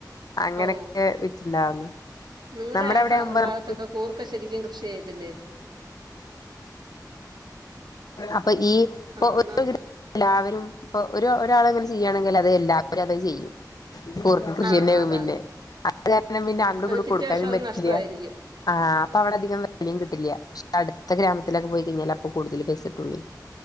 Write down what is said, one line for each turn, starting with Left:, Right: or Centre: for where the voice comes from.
Left: അങ്ങനൊക്കെ
Right: ഓ
Left: വിറ്റുണ്ടാവു
Right: നിങ്ങളുടെ
Left: നമ്മുടെ
Right: ആ
Left: എവിടെയാകുമ്പോമുക്ക്
Right: സ- ഭാഗത്തൊക്കെ കൂർക്ക ശരിക്കും കൃഷി ചെയ്തില്ലേ
Left: അപ്പൊ ഈ ഇപ്പ്ര
Right: ആഹ് ന
Left: എല്ലാവരും ഒരാളെ ചെയ്യയാണെങ്കിൽ അത് എല്ലാവരും അത് ചെയ്യും കൂർക്ക കൃഷി
Right: ആ
Left: തന്നെയാവും
Right: അതാണ്.
Left: പിന്നെ അാഅതുകാരണം അങ്ങട്ട്കൂടി
Right: അത് പിറ്റേ
Left: കൊടുക്കും
Right: വർഷം അത്
Left: ട്ടില്ല
Right: നഷ്ടമായിരിക്കും.
Left: ആ അപ്പൊ അവിടെ അധികം കിട്ടില്ല അടുത്ത ഗ്രാമത്തിൽ പൊയ്ക്കഴിഞ്ഞാൽ അപ്പൊ കൂടുതൽ ബസ് കിട്ടുള്ളു